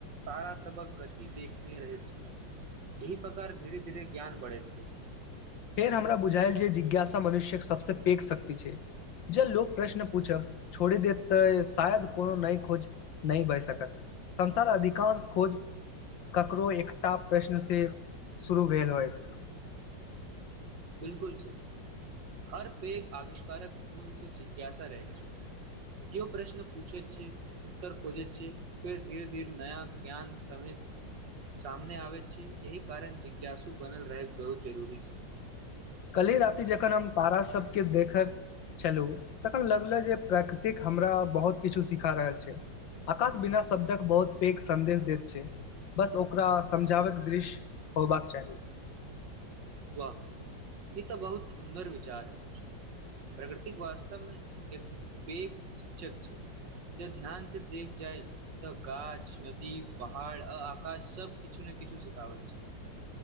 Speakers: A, on the right; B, on the left.
A: तारा सबक गति देखने रहैत छलाह एहि प्रकार धीरे धीरे ज्ञान बढ़ै छै
B: फेर हमरा बुझायल जे जिज्ञासा मनुष्य क सबसँ पैघ शक्ति छै ज लोक प्रश्न पूछब छोड़ी दे तऽ शायद कोनो नहि खोज नहि बए सकत संसार अधिकांश खोज ककरो एकटा प्रश्न से शुरू भेल होयइत
A: बिलकुल सही हर पेघ आविष्कारक मूल से जिज्ञासा रहै छै कियो प्रश्न पूछैत छै उत्तर कोुजैत छै फेर धीरे धीरे नया ज्ञान सम सामने आबेत छै एहि कारण जिज्ञासु बनल रहैके बहुत जरूरी छै
B: कल्हि राति जखन हम तारा सबके देखक चलू तखन लगले जे प्रकृतिक हमरा बहुत किछु सिखा रहल छै आकाश बिना शब्दक बहुत पैघ सदेश दैत छै बस ओकरा समझाबैके दृश्य होबाक चाही
A: वाह ई तऽ बहुत सुन्दर विचार अछू प्रकृतिक वास्तव मे एक पैघ शिक्षक छै ज ध्यान से देख जाइल तऽ गाछ नदी पहाड़ आ आकाश सब किछु ने किछु सिखाबैत छै